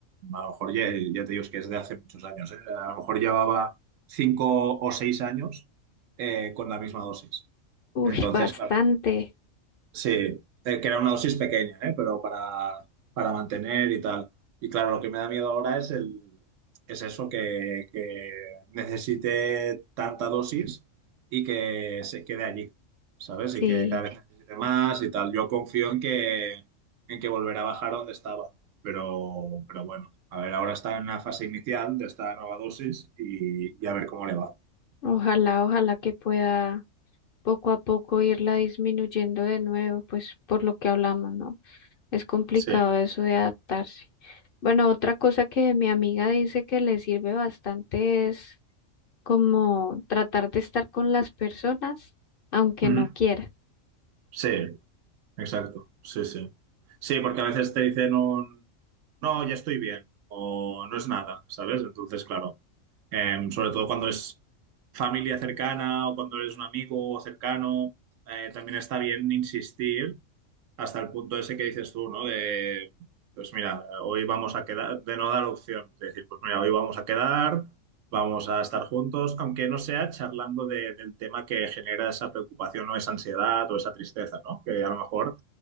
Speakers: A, on the right; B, on the left.
A: a lo mejor ya, ya te digo es que es de hace muchos años, ¿eh? A lo mejor llevaba cinco o seis años eh, con la misma dosis.
B: Uy,
A: Entonces,
B: bastante.
A: claro, Sí, eh, que era una dosis pequeña, ¿eh? Pero para, para mantener y tal. Y claro, lo que me da miedo ahora es el, es eso, que, que necesite tanta dosis y que se quede allí, ¿sabes?
B: Sí,
A: Y que cada vez necesite más y tal. Yo confío en que, en que volverá a bajar donde estaba. Pero, pero bueno, a ver, ahora está en la fase inicial de esta nueva dosis y, y a ver cómo le va.
B: ojalá, ojalá que pueda poco a poco irla disminuyendo de nuevo, pues por lo que hablamos, ¿no? Es complicado
A: Sí.
B: eso de adaptarse. Bueno, otra cosa que mi amiga dice que le sirve bastante es como tratar de estar con las personas, aunque
A: Ujú.
B: no quiera.
A: Sí. Exacto, sí, sí. Sí, porque a veces te dicen un, no, ya estoy bien, o no es nada, ¿sabes? Entonces, claro, em, sobre todo cuando es familia cercana o cuando eres un amigo cercano, eh, también está bien insistir hasta el punto ese que dices tú, ¿no? De, pues mira, hoy vamos a quedar, de no dar opción, de decir, pues mira, hoy vamos a quedar, vamos a estar juntos, aunque no sea charlando de- del tema que genera esa preocupación o esa ansiedad o esa tristeza, ¿no? Que a lo mejor